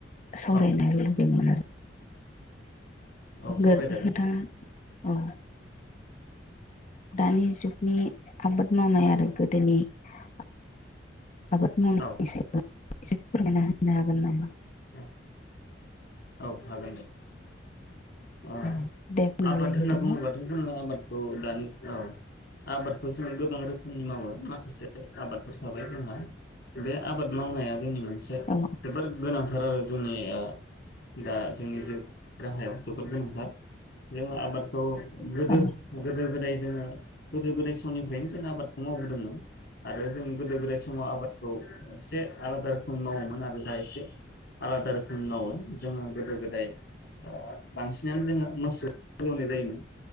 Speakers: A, on the left (about 40°); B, on the left (about 65°).
A: सावरायनो
B: औ
A: लुबैदोमोन
B: औ सावरायजागोन
A: गोर गोदा औ दानि जुगनि आबाद मावनाय आरो गोदोनि आबाद मावनायनि
B: औ
A: सायाव एसे फोरमायना होनो हागोन नामा?
B: उम औ हागोन दे, ओ
A: औ दे बुंनायलाय
B: आबाद होनना
A: बिदिब्ला
B: बुङोबाथ' जोङो आबादखौ दानि औ, आबादखौ जोङो गोबां रोखोमनि मावो माखासे आबादफोर थाबाय जोंहा बे आबाद मावनाया जोंनि मोन से
A: औ
B: जोबोर गोनां, थार आरो जोंनि ओ दा जोंनि जिउ राहायाव जोबोद गोनांथार जोङो आबादखौ, गोदो
A: औ
B: गोदो गोदाय, जोङो गोदो गोदाय समनिफ्रायनो जों आबादखौ मावबोदोंमोन आरो जों गोदो गोदाय समाव आबादखौ एसे आलादा रोखोम मावोमोन आरो दा एसे आलादा रोखोमनि मावो, जोङो गोदो गोदाय ओ बांसिनानो जोङो मोसौ, हालेवनाय जायोमोन